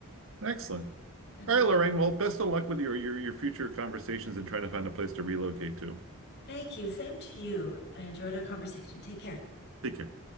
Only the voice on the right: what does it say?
Excellent.
All right,
Lorraine. Well, best of luck with your your, your future conversations and trying to find a place to relocate to.
Take care.